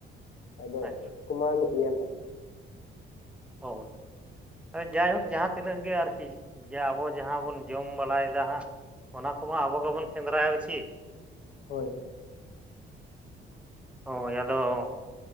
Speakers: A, on the left; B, in the centre.
A: ᱟᱫᱚ
B: ᱦᱮᱸᱥᱮ
A: ᱠᱚᱢᱟᱟᱣ ᱧᱚᱜ ᱜᱤᱭᱟ ᱱᱟᱦᱟᱜ᱾
B: ᱦᱳᱭ᱾ ᱦᱮᱸ, ᱡᱟᱭᱦᱳᱠ ᱡᱟᱦᱟᱸ ᱛᱤᱱᱟᱹᱜ ᱜᱮ ᱟᱨᱠᱤ ᱡᱮ ᱟᱵᱚ ᱡᱟᱦᱟᱸ ᱵᱚᱱ ᱡᱚᱢ ᱵᱟᱲᱟᱭ ᱫᱟ ᱦᱟᱸᱜ᱾ ᱚᱱᱟ ᱠᱚᱢᱟ ᱟᱵᱚ ᱜᱮᱵᱚᱱ ᱥᱮᱸᱫᱽᱨᱟᱭᱟ ᱵᱤᱪᱷᱤ᱾
A: ᱦᱳᱭ ᱦᱳᱭ᱾
B: ᱦᱳᱭ᱾ ᱟᱫᱚ